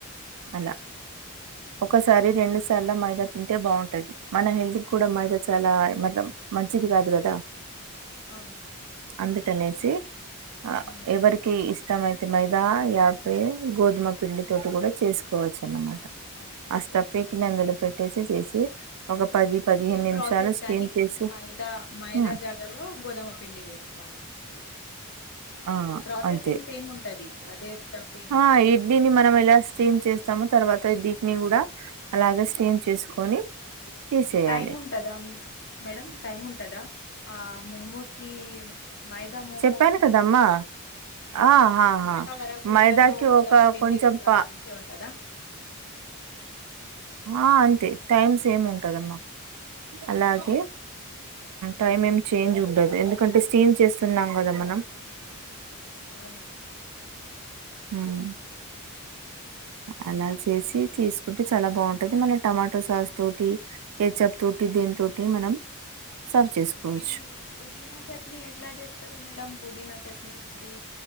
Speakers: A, on the left; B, on the right.
A: అవునా
B: అలా ఒకసారి రెండు సార్ల మైదా తింటే బాగుంటది. మన హెల్త్ కూడా
A: అవును
B: మైద చాలా మలం మంచిది కాదు గదా
A: ఉమ్ అవును
B: అందుకనేసి ఆ
A: ఉహు
B: ఎవరికి ఇష్టమైతే మైదా ఇగ అవ్వే గోధుమ పిండి తోటి గుడా చేస్కోవచ్చు అన్నమా
A: అవునండి
B: ఆ స్టఫ్పెకి కింద అందులో పెట్టేసి చేసి ఒక పది పదిహేను
A: సేమ్
B: నిమిషాలు
A: ప్రాసెస్
B: స్టీమ్
A: గాని
B: చేసి
A: మైదా మైదా
B: హ్మ్.
A: జాగలో గోధమ పిండి వేస్కోవాల అండి
B: ఆ
A: ప్రాసెసింగ్
B: అంతే
A: సేమ్ ఉంటది అదే స్టఫింగ్
B: ఆ
A: సేమ్
B: ఇద్ దీన్ని మనమ ట స్టీమ్ చేస్తామో తర్వాత డీప్ని కూడా అలాగ స్టీమ్ చేస్కోని తీసేయాలె.
A: టైమ్ ఉంటదా మేడం టైమ్ ఉంటదా ఆ మోమోస్కీ మైదా మోమోస్
B: చెప్పాను
A: ని
B: కదమ్మా ఆహాహా
A: ఇంత వరకు
B: మైదాకి
A: ఉంటదుో గోదమ
B: ఒక
A: పిండి
B: కొంచెం
A: కూడా
B: పా
A: అంతే ఉంటదా
B: ఆ అంతే టైమ్స్ ఏమి ఉంటందమ్మా అలాగే
A: అవునా ఉమ్.
B: టైం ఏం చేంజ్ ఉండదు ఎందుకంటే స్టీమ్ చేస్తున్నాం కదా మనం
A: అవున
B: హమ్ అలా చేసి తీసుకుంటే చాలా బాగుంటది మన టమాటో సాస్ తోటి కేెచ్ప్ తోటి
A: ఆహా.
B: దీని తోటి మనం సర్వ్ చేసుకోవచ్చు
A: ఇది పుదీనా చట్నీ ఎట్లా చేస్తారు మేడం పుదీనా చట్నీ అది